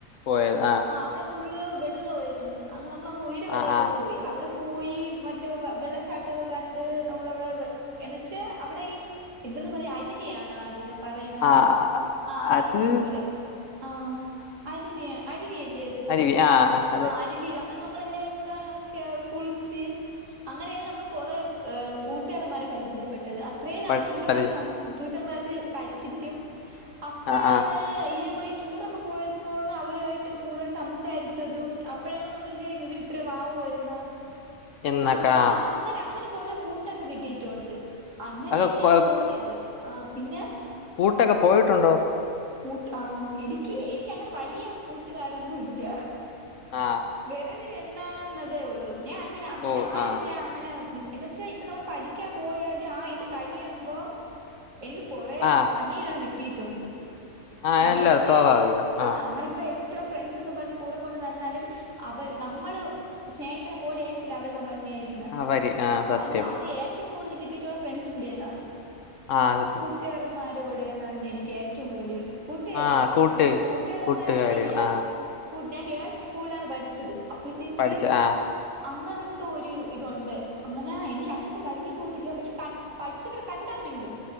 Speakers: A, on the left; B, on the right.
A: പോയത് ആഹ്
B: ആഹ് അവ്ടെ ഫുള്ള് വെള്ളൊവാര്ന്ന്. അങ്ങ് നമ്മളങ്ങ് ഉയിര് വരെയൊക്കെ
A: ആ ആ
B: പോയി അവിടെ പോയി മറ്റെ വെള്ളച്ചാ ട്ടൊക്ക കണ്ട് നമ്മളവിടെ എന്നച്ചാ അവ്ടെ ഈ എന്തെന്ന് പറയാ അരുവിയാണ് അതിനെ പറയ്ണേ
A: ആ
B: ആഹ് അരിവി
A: അത്
B: പോലെ ആഹ് അരിവിയ അരിവിയല്ലേ അത്?
A: <unintelligible> ആഹ്
B: ആഹ് അരിവീര് അങ്ങനെ നമ്മളെല്ലാരും കൂടേ ക്കെ കുളിച്ച് അങ്ങനെയാണ് നമ്മള് കൊറെ ഏഹ് കൂട്ടുകാരന്മാരെ പരിചയപ്പെട്ടത് അ ത്രേ നാള്
A: പ-
B: ട്യൂഷൻ
A: പരി-
B: ക്ലാസ്സി സം ട്യൂഷൻ ക്ലാസ്സി പഠിച്ചിറ്റും അപ്പഴാണ്
A: ആ ആ
B: ഇതേപോലെ ടൂറൊക്ക പോയപ്പോണ് അവരുവായിട്ട് കൂടുതൽ സംസാരി ച്ചതും അപ്പഴാണ് നമ്മള് വിചാരിക്ക്ണ ഇവര് ഇത്ര പാവുവായിരുന്ന്.
A: എന്നൊക്കെ
B: അങ്ങന
A: ആ.
B: ആഹ് അങ്ങനെ അങ്ങനെ കൊറേ കൂട്ടൊക്ക കിട്ടീട്ടുണ്ട്. അങ്ങനെയാണ്
A: അത്
B: ഞാൻ പോയത് ആഹ് പിന്നെ
A: ട്ടൊക്ക പോയിട്ടുണ്ടോ?
B: കൂട്ട് ആഹ് എനിക്ക് എനിക്കങ്ങനെ വലിയ കൂട്ടുകാരൊന്നു ഇല്ല.
A: ആഹ്
B: വെരളിലെണ്ണാവുന്നതേ ഉള്ളു ഞാൻ അങ്ങനെ അങ്ങനെ
A: ഓ
B: ആരെടുത്ത്
A: ആ
B: ഞാൻ അങ്ങനെ മി എന്നച്ചാ ഇപ്പ നമ്മള് പഠിക്കാൻ പോയാല് ആഹ് ഇത് കഴിയുമ്പോ എനിക്ക് കൊറേ
A: ആ
B: പ ണികള് കിട്ടീട്ടുണ്ട്
A: ആ
B: അമ്മളിപ്പൊ
A: അല്ല സ്വാഭാവികം
B: എത്ര ആഹ്
A: ആ
B: അമ്മളിപ്പ എ ത്ര ഫ്രണ്ട്സ്ന്ന് പറഞ്ഞ് കൂടെ കൊണ്ട് നടന്നാലും അവര് നമ്മള് സ്നേഹിക്ക്ണ പോലെ ആയിരിക്കൂല അവര് നമ്മളെ സ്നേഹിക്ക്ണ
A: ആ വരി ആ സത്യം
B: അത് ന്ന അത് ഏറ്റവും കൂടുതല് കിട്ടിട്ടുള്ള ഫ്രണ്ട്സിന്റേന്നാണ്.
A: ആഹ് അത് സത്യാണ്.
B: കൂട്ട്കാരമ്മാരോടേന്നാണ് എനിക്ക് ഏറ്റവും കൂട്തല് കൂട്ട്കാരികള്
A: ആ കൂട്ട്
B: അങ്ങനെ കൂട്ടുകാരമ്മാരങ്ങനെ
A: കൂട്ടുകാരികൾ
B: ഇല്ലാ
A: ആ
B: ഞാൻ ഗേൾസ് സ്കൂള്ലാണ് പഠിച്ചത് അപ്പത്തേക്ക്
A: പഠിച്ച ആ
B: അങ്ങനത്തൊര് ഇതുണ്ട് അങ്ങനെ എനിക്ക് അങ്ങനിപ്പൊ വലിയ കൂട്ടില്ല പക്ഷെ കൺ പഠിച്ചവർ കണ്ടാമിണ്ടും